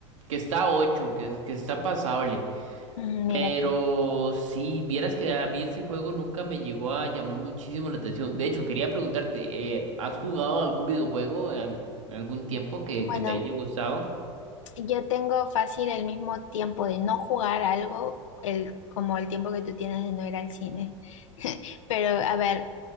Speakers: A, on the right (about 80°); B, on the left (about 80°).
A: que está ocho, que, que está pasable.
B: Mm, mira
A: Pero
B: tú.
A: si vieras que a mí ese juego nunca me llegó a llamar muchísimo la atención. De hecho, quería preguntarte, eh, ¿has jugado algún videojuego en, al- en algún tiempo que,
B: Bueno,
A: que te haya gustado?
B: Yo tengo fácil el mismo tiempo de no jugar algo, el, como el tiempo que tú tienes de no ir al cine. <laughs> Pero a ver,